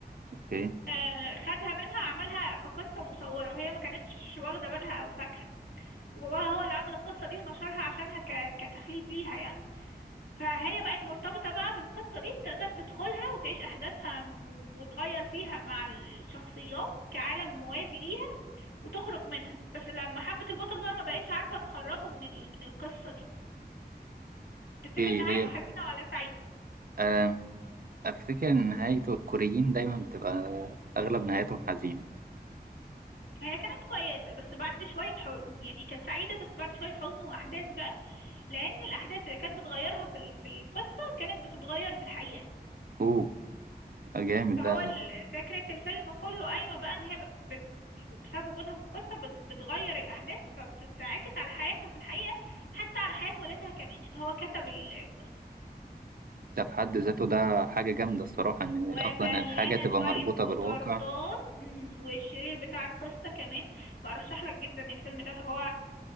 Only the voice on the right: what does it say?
اوكي
ايه
هي
آه، افتكر ان نهايته الكوريين دايما بتبقى اغلب نهايتهم حزينة
اوه جامد
ده
ده في حد ذاته ده حاجة جامدة الصراحة ان
اصلا الحاجة تبقى
مربوطة
بالواقع